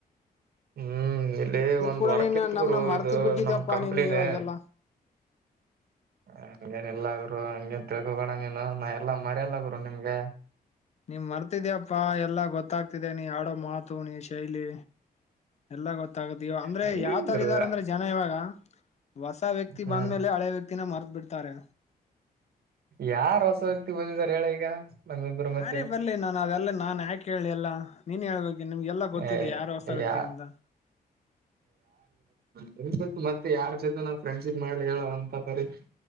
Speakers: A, on the right; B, on the left.
A: ಹ್ಮ್ ಇಲ್ಲಿ ಒಂದ್
B: ಕೂಡ
A: ವರ್ಕ್
B: ನೀನ್
A: ಇತ್
B: ನಮ್ನ
A: ಗುರು
B: ಮರ್ತ
A: ಇದು
B: ಬಿಟ್ಟಿದ್ಯಪ್ಪಾ
A: ನಮ್ ಕಂಪನಿದು.
B: ನೀನು ಇವಾಗೆಲ್ಲಾ
A: ಹಾಗಲ್ಲ ಅಲ್ಲ ಗುರು ಹಂಗ್ ಹೇನ್ ತಿಳ್ಕಬೇಡ ನೀನು ಎಲ್ಲಾ ಮರೆಯಲ್ಲ ಗುರು ನಿಮ್. ಹಲೋ
B: ನೀನು ಮರ್ತಿದ್ಯಪ್ಪ ಎಲ್ಲಾ ಗೊತ್ತಾಗ್ತಿದೆ ನೀ ಆಡೋ ಮಾತು ನೀ ಶೈಲಿ, ಎಲ್ಲ ಗೊತ್ತು ತಗೋತೀವಿ ಅಂದ್ರೆ
A: ಹಂಗೇನ್
B: ಯಾವ್ ತರ
A: ಗುರು
B: ಇದಾರೆ ಅಂದ್ರೆ ಜನ ಇವಾಗ ಹೊಸ ವ್ಯಕ್ತಿ
A: ಹ್ಮ್
B: ಬಂದ್ಮೇಲೆ ಹಳೆ ವ್ಯಕ್ತಿ ತಿನ್ನನ ಅರೆದು ಬಿಡ್ತಾರೆ.
A: ಯಾರ್ ಹೊಸ ವ್ಯಕ್ತಿ ಬಂದಿದ್ದಾರೆ ಹೇಳು ಈಗ. ನಮ್ಮಿಬ್ಬರ
B: ಯಾರೇ
A: ಮಧ್ಯೆ
B: ಬರ್ಲಿ ನಾನು ಅವೆಲ್ಲ ನಾನ್ ಯಾಕು ಹೇಳಿಲ್ಲ ನೀನೇ ಹೇಳು. ನಿಮಗೆಲ್ಲಾ ಗೊತ್ತಿದೆ
A: ಏ
B: ಯಾರು ಹೊಸ ವ್ಯಕ್ತಿ
A: ಯಾ
B: ಅಂತ.
A: ಪ್ರಿನ್ಸಿಪಲ್ ಯಾರ ಜೊತೆ ನಾವು ಫ್ರೆಂಡ್ಶಿಪ್ ಮಾಡ್ಲಿಲ್ಲ ಅಂತ ಕೇಳು.